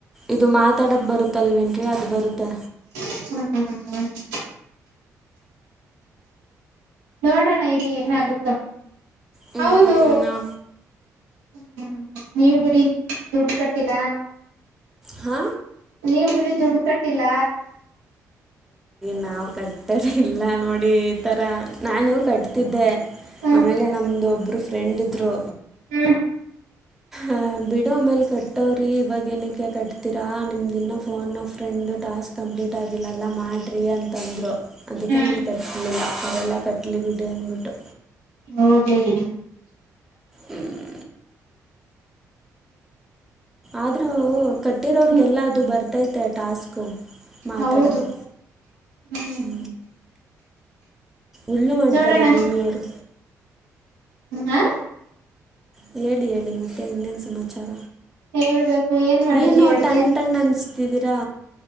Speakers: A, in the centre; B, on the right.
A: ಇದು ಮಾತಾಡದ ಬರುತ್ತ ಅಲ್ವೇನ್ರಿ ಅದು ಬರುತ್ತಾ
B: ಹ್ಮ್ ನೋಡೋಣ ಇರಿ ಏನಾಗುತ್ತ
A: ಹ್ಞೂ
B: ಹೌದು ಹ್ಮ್ ನೀವ್ ಬಿಡಿ ದುಡ್ಡ ಕಟ್ಟಿಲ್ಲ
A: ಹಾ
B: ನೀವ ಬಿಡಿ ದುಡ್ಡು ಕಟ್ಟಿಲ್ಲ
A: ನಾವು ಕಟ್ಟದೆ ಇಲ್ಲ ನೋಡಿ ಈ ತರ ನಾನು ಕಟ್ತಿದ್ದೆ
B: ಹ್ಮ್
A: ಆಮೇಲೆ ನಮ್ದು ಒಬ್ರು ಫ್ರೆಂಡ್ ಇದ್ರು
B: ಹಾ
A: ಅಹ್ ಬಿಡೋ ಆಮೇಲೆ ಕಟ್ಟವ್ರಿ ಇವಾಗ ಏನಕ್ಕೆ ಕಟ್ತೀರಾ ನಿಮ್ದಿನ phone a friend task complete ಆಗಿಲ್ಲಲ್ಲ ಮಾಡಿರಿ ಅಂತಂದರು ಅದಕ್ಕೆ
B: ಹ್ಮ್
A: ನಾನು ಕಟ್ಲಿಲ್ಲ ಅವರೆಲ್ಲ ಕಟ್ಲಿ ಬಿಡು ಅಂದ್ಬಿಟ್ಟು
B: ಹೋಗ್ಲಿ ಬಿಡಿ
A: ಹ್ಮ್ ಆದ್ರೂ ಕಟ್ಟಿರೋರ್ಗೆಲ್ಲ
B: ಹ್ಮ್
A: ಅದು ಬರ್ತೈತೆ ಟಾಸ್ಕ್ ಮಾತಾಡದು
B: ಹೌದು ಹ್ಮ್
A: ಹೂ ಇಲ್ಲು ಮಾಡ್ತಾರೆ
B: ನೋಡೋಣ
A: ಭೂಮಿ ಅವರು
B: ಹಾ
A: ಹೇಳಿ ಹೇಳಿ ಮತ್ತೆ ಇನ್ನೇನು ಸಮಾಚಾರ
B: ಹೇಳ್ಬೇಕು ಏನ್ ಮಾಡಿದ್ರಿ
A: ಏನೋ
B: ಅಡ್ಗೆ
A: ಟಣ್ ಟಣ್ ಅನಸ್ತದೆ <unintelligible> ತೀದೀರಾ